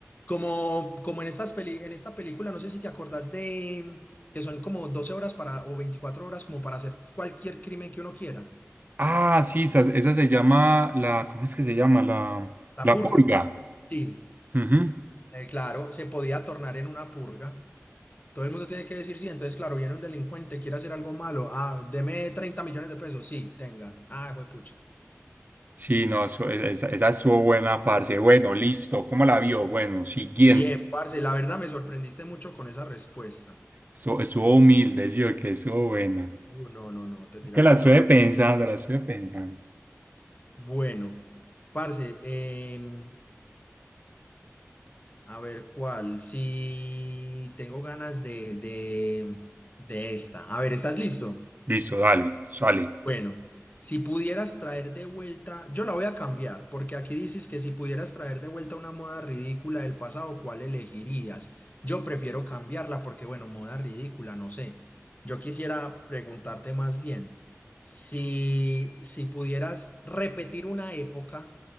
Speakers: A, on the left; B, on the right.
A: Como, como en estas peli- en esta película, no sé si te acordás de que son como 12 horas para, o 24 horas como para hacer cualquier crimen que uno quiera.
B: Ah, sí, esa, esa se llama la, ¿cómo es que se llama? La,
A: La
B: la
A: purga.
B: purga.
A: Sí,
B: Ujú.
A: eh, claro, se podía tornar en una purga. Todo el mundo tiene que decir sí. Entonces, claro, viene un delincuente, quiere hacer algo malo. Ah, deme 30 millones de pesos. Sí, tenga. Ah, pucha.
B: Sí, no, eso- e, esa, esa estuvo buena, parce. Bueno, listo. ¿Cómo la vio? Bueno, siguiente.
A: Bien, parce, la verdad me sorprendiste mucho con esa respuesta.
B: Estuvo, estuvo humilde, sí, que estuvo buena.
A: No, no, no, no, te
B: Es
A: tiraste
B: que la estuve
A: una.
B: pensando, la estuve pensando.
A: Bueno, parce, em, a ver cuál. Si tengo ganas de, de, de esta. A ver, ¿estás listo?
B: Listo, dale, sale.
A: Bueno, si pudieras traer de vuelta, yo la voy a cambiar, porque aquí dices que si pudieras traer de vuelta una moda ridícula del pasado, ¿cuál elegirías? Yo prefiero cambiarla porque, bueno, moda ridícula, no sé. Yo quisiera preguntarte más bien, si, si pudieras repetir una época